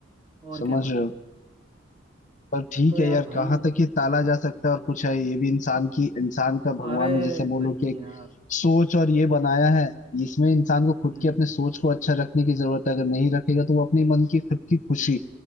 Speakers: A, on the right; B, on the left.
A: और
B: समझ
A: क्या भाई
B: रहे हो पर ठीक
A: तो
B: है
A: यार
B: यार
A: भाई
B: कहाँ तक ये टाला जा सकता है और कुछ है ये भी इंसान की इंसान का भगवान
A: अरे
B: ने जैसे
A: नहीं
B: बोलो कि एक
A: यार
B: सोच और ये बनाया है इसमें इंसान को खुद
A: हम्म
B: की अपने सोच को अच्छा रखने की जरूरत है अगर नहीं रखेगा तो वो अपने मन की खुद की खुशी